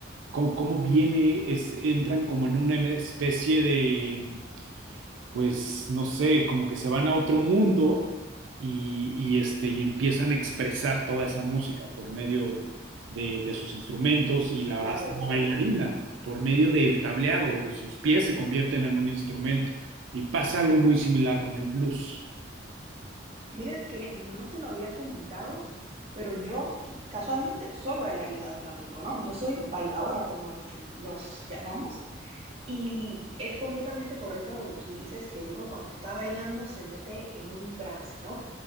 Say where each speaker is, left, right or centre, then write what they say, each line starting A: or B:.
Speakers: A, on the right (about 80°); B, on the right (about 30°).
A: cómo, cómo viene, es, entran como en una especie de pues no sé, como que se van a otro mundo y, y, este, y empiezan a expresar toda esa música por medio de, de sus instrumentos y la
B: Claro,
A: hace una
B: claro.
A: bailarina, por medio del tableado, sus pies se convierten en un instrumento y pasa algo muy similar con el blues.
B: Mira que no te lo había comentado, pero yo casualmente soy bailarina de flamenco, ¿no? Yo soy bailadora, como nos, nos llamamos, y es completamente correcto lo que tú dices, que uno cuando está bailando se mete en un trance, ¿no?